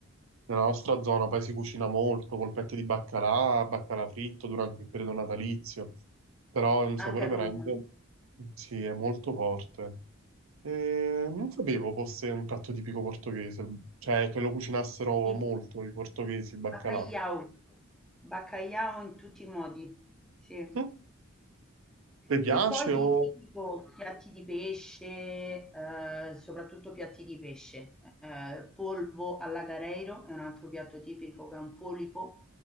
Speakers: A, on the right; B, in the centre.
A: nella nostra zona poi si cucina molto, polpette di baccalà, baccalà fritto durante il periodo natalizio, però è un sapore
B: anche
A: veramente...
B: a Roma.
A: Sì, è molto forte. E non sapevo fosse un piatto tipico portoghese, cioè che lo cucinassero
B: Sì.
A: molto i portoghesi il baccalà.
B: Baccaiau, baccaiau in tutti i modi, sì.
A: Hm? Ti piace
B: E poi di
A: o
B: tipo piatti di pesce, eh, soprattutto piatti di pesce, eh, polvo all'agareiro è un altro piatto tipico che è un polipo,